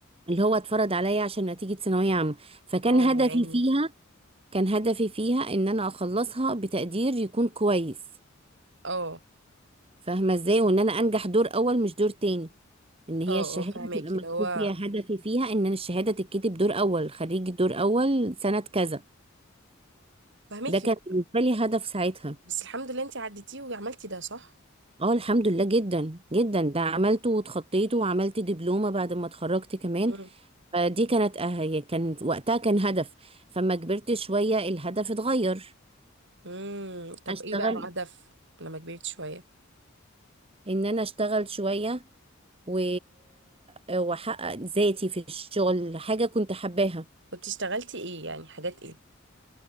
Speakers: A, on the right; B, on the right.
A: اللي هو اتفرض عليا عشان نتيجه ثانويه عامه فكان
B: اه
A: هدفي
B: يا عيني
A: فيها كان هدفي فيها ان انا اخلصها بتقدير يكون كويس
B: اه
A: فاهمه ازاي وان انا انجح دور اول مش دور تاني ان هي
B: اه
A: الشهاده
B: اه فهماكي
A: تبقى مكتوب
B: اللي هو
A: فيها هدفي فيها ان أنا الشهاده تتكتب دور اول خريج دور اول سنه كذا
B: فهماكي
A: ده كان بالنسبه لي هدف ساعتها
B: بس الحمد لله انت عديتيه وعملتي ده صح
A: اه الحمد لله جدا جدا ده عملته واتخطيته وعملت دبلومه بعد ما اتخرجت كمان
B: مم.
A: فدي كانت أه- هي كان وقتها كان هدف فما كبرت شوية الهدف اتغير
B: امم طب
A: اشتغل
B: ايه بقى الهدف لما كبرت شوية
A: ان انا اشتغل شوية و... آه، واحقق ذاتي في الشغل حاجة كنت حباها
B: كنت اشتغلتي ايه يعني حاجات ايه